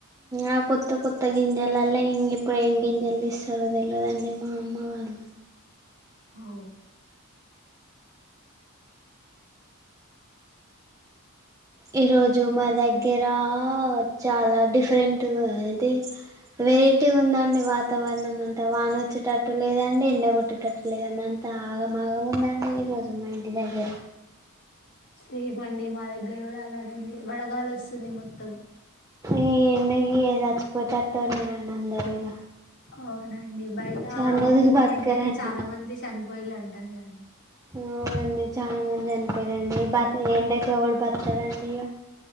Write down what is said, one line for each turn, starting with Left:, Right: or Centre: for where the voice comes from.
Right: ఆ కొత్త కొత్త గింజలల్లో ఇంగిపోయిన గింజలు తీస్తారో తెలియదండి మా అమ్మ వాళ్ళు
Left: అవు
Right: ఈరోజు మా దగ్గర చాలా డిఫరెంట్ అంటే వెరైటీ ఉందండి వాతావరణం అంతా వానొచ్చేటట్టు లేదండి ఎండగొట్ట కట్టేటట్టు లేదన్నంతా ఆగమాగముందండి ఈరోజు మా ఇంటి దగ్గర
Left: సేఫ్ అండి మా దగ్గర కూడా అలానే ఉంది వడగాలి వస్తుంది మొత్తం
Right: ఈ ఎండకి ఇగ చచ్చిపోతట్టే ఉన్నారండి అందరు ఇగ
Left: అవునండి బయట
Right: అందరు బతకరండి
Left: ఎండకి చాలా మంది చనిపోయలా అంటదండి
Right: అ అవునండి చాలా మంది చనిపోయారండిబతక ఎండకి ఎవరు బతకరండి ఇగ